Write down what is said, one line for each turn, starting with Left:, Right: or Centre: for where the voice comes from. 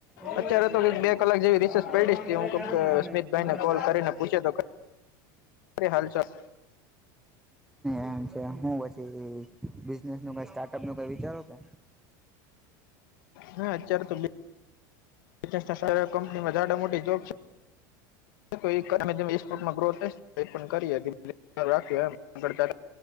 Centre: એવું
Left: અત્યારે
Centre: છે
Left: બે કલાક જેવી રિસેસ
Centre: હા
Left: પડીશ
Centre: એમાં બધે
Left: હું
Centre: તારું નામ નાખ્યું
Left: સ્મિત ભાઈ ને કોલ કરીને પૂછે તો હાલ ચાલ
Centre: એમ છે હું પછી બિનેસ નું કઈ સ્ટાર્ટ ટપ નુ કઈ વિચારો કે
Left: હા અત્યારે તો બિઝન્સના સારા કંપનીમાં ઝડા મોટી જોબ છે. <unintelligible> ગ્રોથ થ એ પણ કરી રાખ આગ